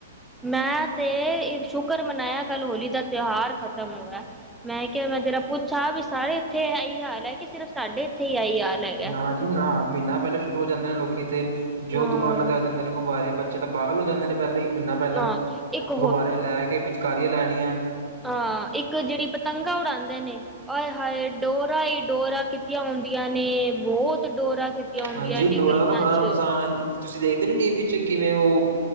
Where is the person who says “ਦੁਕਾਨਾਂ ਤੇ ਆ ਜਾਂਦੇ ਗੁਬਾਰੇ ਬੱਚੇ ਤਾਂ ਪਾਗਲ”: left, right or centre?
Right